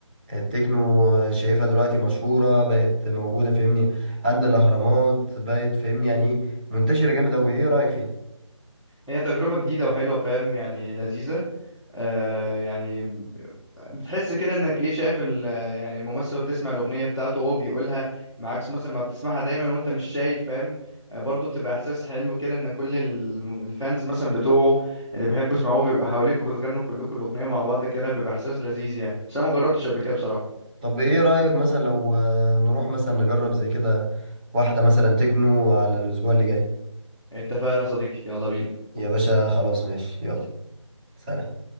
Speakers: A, on the right (about 20°); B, in the centre.
A: التكنو شايفها دلوقتي مشهورة بقت موجودة فاهمني عند الأهرامات بقت فاهمني يعني إيه؟ منتشرة جامد أوي إيه رأيك فيها؟
B: هي تجربة جديدة وحلوة فاهم يعني لذيذة آه يعني بتحس كده انك ايه شايف ال- يعني الممثل وهو بتسمع الأغنية بتاعته وهو بيقولها معاكس مثلا ما بتسمعها دايما وانت مش شايف فاهم آه برضه بتبقى احساس حلو كده ان كل ال- الفانز مثلا بتوعه اللي بيحبوا يسمعوه بيبقى حواليك وبتغنوا كلكم الأغنية مع بعض كده بيبقى احساس لذيذ يعني بس انا ما جربتش قبل كده بصراحة
A: طب ايه رأيك مثلا لو آه، نروح مثلا نجرب زي كده واحدة مثلا تكنو على الأسبوع اللي جاي
B: اتفقنا يا صديقي يلا بينا
A: يا باشا خلاص ماشي يلا سلام